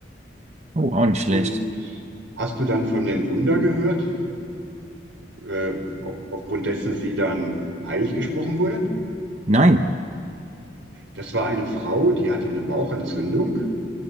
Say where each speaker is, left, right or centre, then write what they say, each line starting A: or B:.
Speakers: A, on the right; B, on the right.
A: Oh, auch nicht schlecht.
B: Und hast du dann von dem Wunder gehört, äh, auf- aufgrund dessen sie dann heilig gesprochen wurde?
A: Nein.
B: Das war eine Frau, die hatte eine Bauchentzündung,